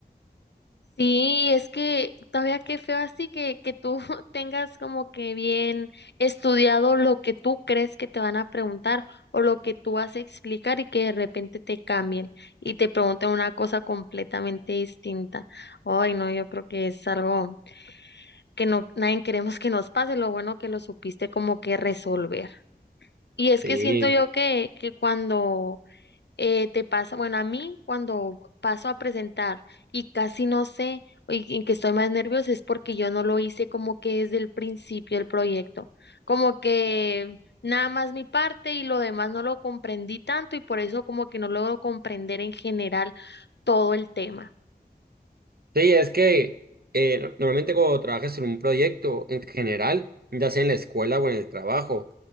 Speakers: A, on the left; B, on the right.
A: Sí, es que todavía qué feo así que, que tú <laughs> tengas como que bien estudiado lo que tú crees que te van a preguntar o lo que tú vas a explicar y que de repente te cambien y te pregunten una cosa completamente distinta. Ay, no, yo creo que es algo que no, nadie queremos que nos pase, lo bueno que lo supiste como que resolver. Y es
B: Sí.
A: que siento yo que, que cuando eh, te pasa, bueno, a mí cuando paso a presentar y casi no sé y en que estoy más nerviosa es porque yo no lo hice como que desde el principio del proyecto, como que nada más mi parte y lo demás no lo comprendí tanto y por eso como que no logro comprender en general todo el tema.
B: Sí, es que eh, no- normalmente cuando trabajas en un proyecto en general, ya sea en la escuela o en el trabajo,